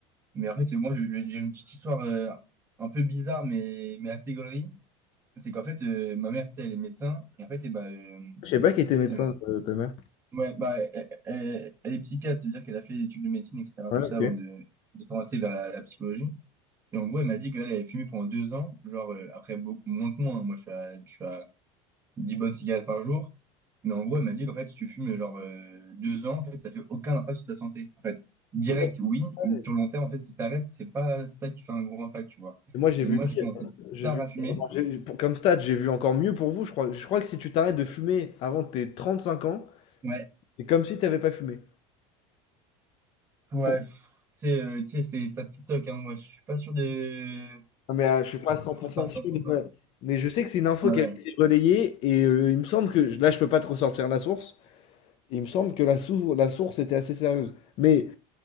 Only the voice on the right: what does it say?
mais en fait, moi, je- je- j'ai une petite histoire euh, un peu bizarre, mais, mais assez gaulerie. C'est qu'en fait, euh, ma mère, tu sais, elle est médecin, et en fait, et ben, euh,
euh,
ouais, bah, elle, elle- elle est psychiatre, c'est-à-dire qu'elle a fait des études de médecine, etc.,
tout ça,
avant de, de s'orienter vers la, la psychologie. Et en gros, elle m'a dit qu'elle elle avait fumé pendant deux ans, genre, euh, après, beaucoup moins que moi, hein. moi, je suis à, 10 bonnes cigarettes par jour. Mais en gros, elle m'a dit qu'en fait, si tu fumes genre euh, deux ans, en fait, ça fait aucun impact sur ta santé. En fait, direct,
oui,
mais sur le long terme, en fait, si t'arrêtes, c'est pas ça qui fait un gros impact, tu vois.
Et
moi,
j'ai Ouais. commencé
tard
à fumer.
Ouais.
Ouais,
pff, tu sais, euh, tu sais, c'est ça TikTok, hein. Moi, je suis pas sûr de
à 100%.
Ouais,
ouais.